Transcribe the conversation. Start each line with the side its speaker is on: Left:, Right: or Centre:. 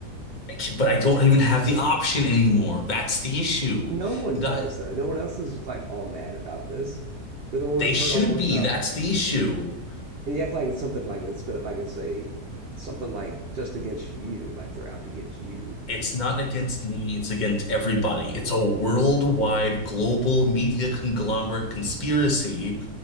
Left: I can't, but I don't even have the option anymore. That's the issue.
Right: No one
Left: That
Right: does, though. No one else is like all mad about this. You're the one
Left: they
Right: I've
Left: should
Right: heard all worked
Left: be.
Right: up.
Left: That's the issue.
Right: And you act like it's something like it's gonna like it's a something like just against you, like they're out to get you.
Left: It's not against me, it's against everybody. It's a worldwide global media conglomerate conspiracy